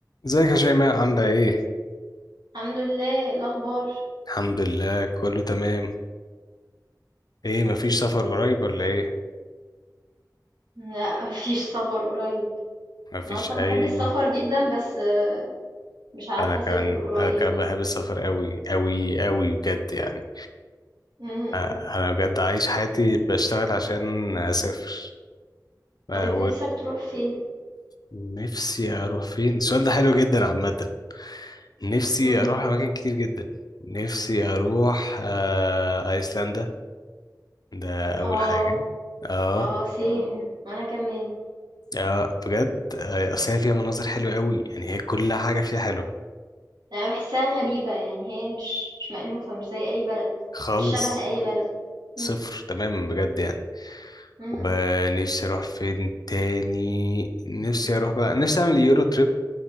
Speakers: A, on the left (about 65°); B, on the right (about 75°).
A: ازيك يا شيماء عاملة ايه؟
B: الحمد لله إيه الأخبار
A: الحمد لله كله تمام ايه مفيش سفر قريب ولا ايه؟
B: لا <laughs> مفيش سفر قريب
A: مفيش
B: أنا أصلا
A: اي
B: بحب السفر جدا بس آه، مش عارفة
A: انا كان
B: أسافر قريب
A: انا كان
B: يعني
A: بحب السفر قوي قوي قوي بجد يعني
B: امم إمم.
A: اه، انا بجد عايش حياتي بشتغل عشان اسافر اه،
B: طب أنت نفسك تروح فين؟
A: ونفسي اروح فين؟ السؤال ده حلو جدا عامة نفسي
B: امم
A: اروح اماكن كتير جدا نفسي اروح اه، ايسلندا ده اول
B: اه
A: حاجة اه
B: اه سين وأنا كمان
A: اه بجد آه، اصل هي فيها مناظر حلوه قوي يعني هي كل حاجه فيها حلوه
B: أنا بحسها غريبة يعني هي مش مش مألوفة مش زي أي بلد
A: خالص
B: مش شبه أي بلد
A: صفر
B: امم
A: تمام بجد يعني
B: امم
A: ونفسي
B: إمم.
A: اروح فين تاني نفسي اروح بقى نفسي اعمل يورو تريب